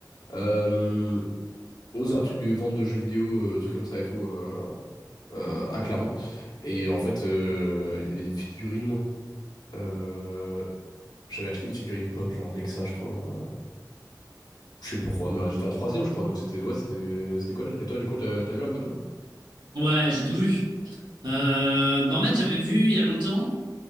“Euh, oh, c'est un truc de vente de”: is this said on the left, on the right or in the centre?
Left